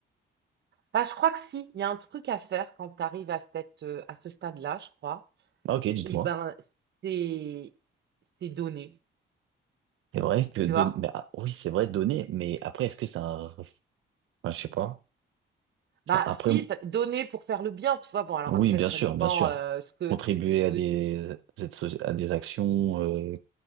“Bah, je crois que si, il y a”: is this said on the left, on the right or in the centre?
Right